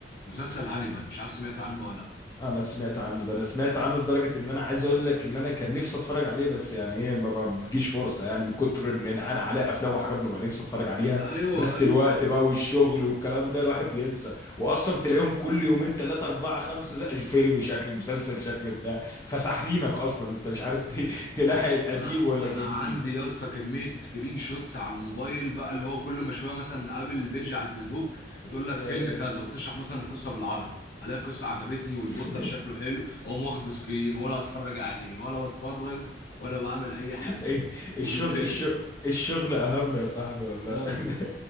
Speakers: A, on the left; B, on the left.
A: مسلسل هانيبال مش عارف سمعت عنه ولا لا
B: انا سمعت عنه ده انا سمعت عنه لدرجه ان انا عايز اقول لك ان انا كان نفسي اتفرج عليه بس يعني ايه ما ما بتجيش فرصه يعني من كتر ان انا انا عليه افلام وحاجات ببقى نفسي اتفرج عليها
A: ايوه
B: بس
A: ايوه
B: الوقت بقى والشغل والكلام ده الواحد بينسى واصلا تلاقيهم كل يومين ثلاثه اربعه خمسه زي فيلم شكل مسلسل شكل بتاع فسحلينك اصلا انت مش عارف ت- تلاحق القديم
A: انا
B: ولا
A: انا
B: الجديد
A: عندي يا اسطى كميه سكرين شوتس على الموبايل بقى اللي هو كل ما شويه مثلا قابل بيج على الفيسبوك بتقول لك
B: آه.
A: فيلم كذا وتشرح مثلا القصه بالعربي الاقي القصه عجبتني والبوستر
B: <laughs>
A: شكله حلو واقوم واخده سكرين ولا اتفرج عليه ولا بتفرج ولا بعمل اي حاجه
B: إيه،
A: بس
B: الشغل
A: وبيتركني
B: الشغل الشغل اهم يا صاحبي والله
A: بس
B: <laughs>